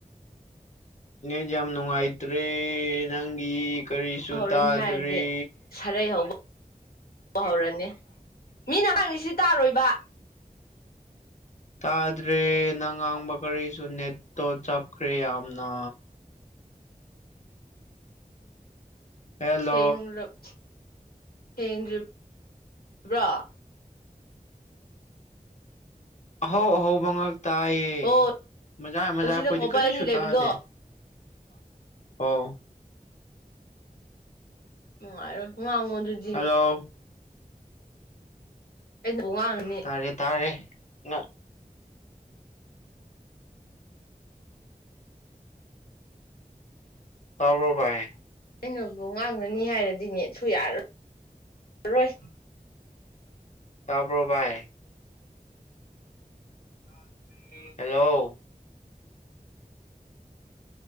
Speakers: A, on the left; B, on the left.
A: ꯅꯦꯠ ꯌꯥꯝ ꯅꯨꯡꯉꯥꯏꯇ꯭ꯔꯦ ꯅꯪꯒꯤ ꯀꯔꯤꯁꯨ
B: ꯍꯧꯔꯅꯤ
A: ꯇꯥꯗ꯭ꯔꯦ
B: ꯍꯥꯏꯔꯗꯤ ꯁꯥꯔꯩ ꯍꯧꯕ ꯍꯧꯔꯅꯤ ꯃꯤꯅ ꯍꯡꯉꯤꯁꯤ ꯇꯥꯔꯣꯏꯕ
A: ꯇꯥꯗ꯭ꯔꯦ ꯅꯪ ꯉꯥꯡꯕ ꯀꯔꯤꯁꯨ ꯅꯦꯠꯇꯣ ꯆꯞꯈ꯭ꯔꯦ ꯌꯥꯝꯅ ꯍꯦꯜꯂꯣ
B: ꯁꯦꯡꯔꯞ ꯁꯦꯡꯗ꯭ꯔꯤ ꯕ꯭ꯔꯥ
A: ꯑꯍꯧ ꯑꯍꯧꯕ ꯉꯥꯛ ꯇꯥꯏꯌꯦ
B: ꯍꯣꯏ
A: ꯃꯖꯥ ꯃꯖꯥꯛ
B: ꯁꯤꯗ
A: ꯑꯩꯈꯣꯏꯗꯤ
B: ꯀꯣꯄꯔ
A: ꯀꯔꯤꯁꯨ
B: ꯑꯅꯤ ꯂꯩꯕꯗꯣ
A: ꯇꯥꯗꯦ ꯑꯣ
B: ꯅꯨꯡꯉꯥꯏꯔꯣꯏ ꯉꯥꯡꯉꯣ ꯗꯨꯗꯤ
A: ꯍꯜꯂꯣ
B: ꯑꯩ ꯅ ꯋꯥꯡ
A: ꯇꯥꯔꯦ ꯇꯥꯔꯦ ꯅ ꯇꯥꯕ꯭ꯔꯣꯕꯥꯥꯏ
B: ꯑꯩꯅꯕꯨ ꯉꯥꯡꯔꯅꯤ ꯍꯥꯏꯔꯗꯤ ꯅꯦꯠꯁꯨ ꯌꯥꯔ ꯔꯣꯏ
A: ꯇꯥꯕ꯭ꯔꯣ ꯚꯥꯏ
B: ꯇꯥꯗꯔ꯭ꯦ
A: ꯍꯜꯂꯣ